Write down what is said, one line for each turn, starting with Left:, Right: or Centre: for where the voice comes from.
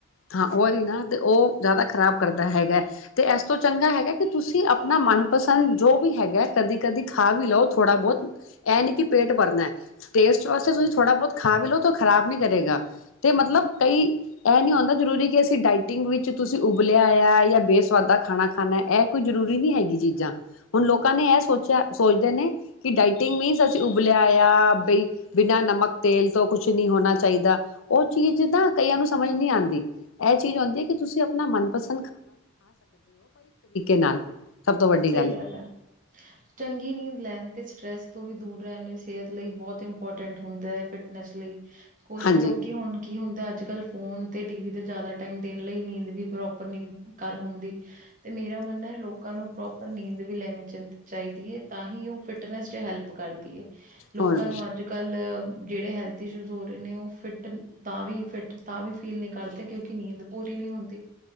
Left: ਹਾਂ ਉਹ ਹੀ ਨਾ ਤੇ ਉਹ ਜ਼ਿਆਦਾ ਖ਼ਰਾਬ ਕਰਦਾ ਹੈਗਾ ਤੇ ਇਸ ਤੋਂ ਚੰਗਾ ਹੈਗਾ ਕਿ ਤੁਸੀਂ ਆਪਣਾ ਮਨਪਸੰਦ ਜੋ ਵੀ ਹੈਗਾ ਕਦੀ ਕਦੀ ਖਾ ਵੀ ਲਓ ਥੋੜਾ ਬਹੁਤ ਇਹ ਨਹੀਂ ਕਿ ਪੇਟ ਭਰਨਾ ਟੇਸਟ ਵਾਸਤੇ ਤੁਸੀਂ ਥੋੜਾ ਬਹੁਤ ਖਾ ਵੀ ਲੋਓ ਤਾਂ ਖਰਾਬ ਨੀ ਕਰੇਗਾ ਤੇ ਮਤਲਬ ਕਈ ਇਹ ਨੀ ਹੁੰਦਾ ਜ਼ਰੂਰੀ ਕਿ ਅਸੀਂ ਡਾਇਟਿੰਗ ਵਿੱਚ ਤੁਸੀਂ ਉਬਲਿਆ ਆਇ ਜਾਂ ਬੇਸਵਾਦਾ ਖਾਣਾ ਖਾਣਾ ਇਹ ਕੋਈ ਜ਼ਰੂਰੀ ਨਹੀਂ ਹੈਗੀ ਚੀਜ਼ਾਂ ਹੁਣ ਲੋਕਾਂ ਨੇ ਇਹ ਸੋਚ ਛ ਸੋਚਦੇ ਨੇ ਕਿ ਡਾਇਟਿੰਗ ਮੀਨਸ ਅਸੀਂ ਉਬਲਿਆ ਹੋਇਆ ਬਈ ਬਿਨਾਂ ਨਮਕ, ਤੇਲ ਤੋਂ ਕੁਛ ਨਹੀਂ ਹੋਣਾ ਚਾਹੀਦਾ ਉਹ ਚੀਜ਼ ਨਾ ਕਈਆਂ ਨੂੰ ਸਮਝ ਨੀ ਆਂਦੀ। ਇਹ ਚੀਜ਼ ਆਉੁੰਦੀ ਹੈ ਕਿ ਤੁਸੀਂ ਆਪਣਾ ਮਨਪਸ ਨਾਲ ਸਭ ਤੋਂ ਵੱਡੀ
Right: ਸਹੀ ਗੱਲ ਹੈ ਚੰਗੀ ਨੀਂਦ ਲੈਣ ਤੇ ਸਟਰ੍ਰੈਸ ਤੋਂ ਵੀ ਦੂਰ ਰਹਿਣ ਇਚ ਸਿਹਤ ਲਈ ਬਹੁਤ ਇੰਪੋਰਟੈਂਟ ਹੁੰਦਾ ਫਿਟਨੈਸ ਲਈ। ਕੁਛ
Left: ਹਾਂਜੀ
Right: ਲੋਕੀ ਹੁਣ ਕੀ ਹੁੰ ਅੱਜ ਕਲ ਫੋਨ ਤੇ ਟੀ ਵੀ ਤੇ ਜ਼ਿਆਦਾ ਟਾਈਮ ਦੇਣ ਲਈ ਨੀਂਦ ਵੀ ਪ੍ਰੋਪਰ ਨੀ ਕਰ ਹੁੰਦੀ ਤੇ ਮੇਰਾ ਮੰਨਣਾ ਹੈ ਲੋਕਾਂ ਨੂੰ ਪ੍ਰੋਪਰ ਨੀਂਦ ਵੀ ਲੈਣੀ ਚ ਚਾਹੀਦੀ ਹੈ ਤਾਂ ਹੀ ਉਹ ਫਿਟਨੈਸ ਚ ਹੈਲਪ ਕਰਦੀ ਹੈ। ਲੋਕਾਂ
Left: ਹੁਣ
Right: ਨੂੰ ਅੱਜ ਕੱਲ ਜਿਹੜੇ ਹੈਲਥ ਇਸ਼ੂਜ ਹੋ ਰਹੇ ਨੇ ਉਹ ਫਿਟ ਤਾਂ ਵੀ ਫਿਟ ਤਾਂ ਵੀ ਫੀਲ ਨਹੀਂ ਕਰਦੇ ਕਿਉਂਕਿ ਨੀਂਦ ਪੂਰੀ ਨੀ ਹੁੰਦੀ।